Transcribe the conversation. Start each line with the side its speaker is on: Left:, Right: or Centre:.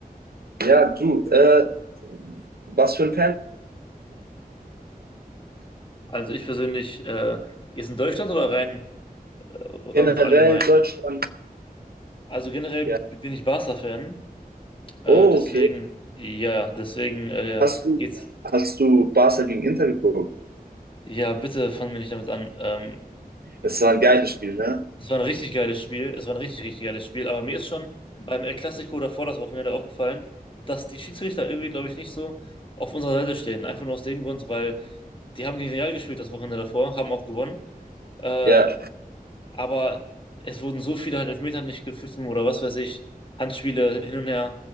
Right: ja, du, äh, was für ein Fan.
Left: Also ich persönlich, äh, jetzt in Deutschland oder rein äh,
Right: Generell
Left: ähm, so allgemein?
Right: Deutschland,
Left: Also generell
Right: ja.
Left: bin ich Barca-Fan Äh,
Right: Oh,
Left: deswegen,
Right: okay.
Left: ja, deswegen äh,
Right: Hast du,
Left: geht's.
Right: hast du Barca gegen Inter geguckt?
Left: Ja, bitte fangen wir nicht damit an. Ähm,
Right: Es war ein geiles
Left: also,
Right: Spiel, ne?
Left: es war ein richtig geiles Spiel. Es war ein richtig, richtig geiles Spiel. Aber mir ist schon beim El Clasico davor das Wochenende aufgefallen, dass die Schiedsrichter irgendwie, glaube ich, nicht so auf unserer Seite stehen. Einfach nur aus dem Grund, weil die haben gegen Real gespielt das Wochenende davor, haben auch gewonnen. Äh,
Right: Ja,
Left: aber es wurden so viele halt Elfmeter nicht gepfiffen oder was weiß ich, Handspiele hin und her.